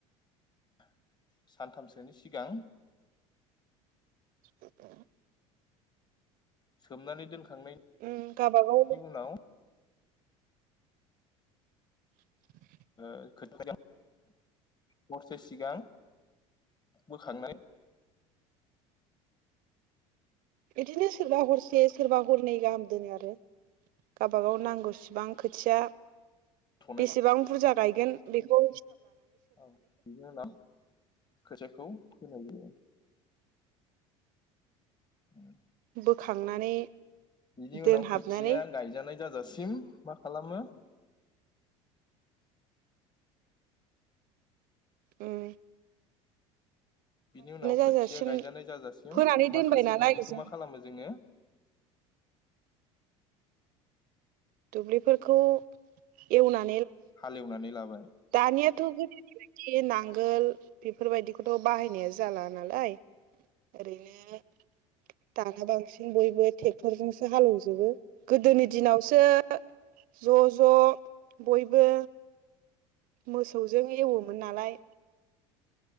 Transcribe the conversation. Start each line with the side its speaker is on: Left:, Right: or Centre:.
Left: <inaudible> सानथामसोनि सिगां
Right: <inaudible>
Left: सोमनानै दोनखा खांनायनि
Right: उम गावबागाव
Left: उनाव
Right: <inaudible>
Left: ओ खोथिया <unintelligible> हरसे सिगां बोखांनानै
Right: बिदिनो सोरबा हरसे सोरबा हरनै गाहाम दोनो आरो गावबागाव नांगौसेबां खोथिया
Left: थ'नाय
Right: बेसेबां बुरजा गायगोन बिखौ
Left: औ बिनि उनाव खोथिया खौ फोहैयो औ
Right: बोखांनानै
Left: बिनि उनाव
Right: दोनहाबनानै
Left: खोथिया गायजानाय जाजासिम मा खालामो
Right: उम
Left: बिनि उनाव
Right: जाजासिम
Left: खोथिया गायजानाय जाजासिम
Right: फोनानै दोनबाय
Left: माखासे
Right: नालाय
Left: दुब्लिखौ
Right: जों
Left: मा खालामो जोंङो?
Right: दुब्लिफोरखौ एवना
Left: हालेवनानै लाबाय।
Right: दानियाथ' गोदोनि बायदि नांगोल बेफोरबायदिखौथ बाहायनाया जाला नालाय। ओरैनो दाना बांसिन बयबो ट्रेक्टरजोंसो हालेवजोबो। गोदोनि दिनावसो ज' ज' बयबो मोसौजों एवोमोन नालाय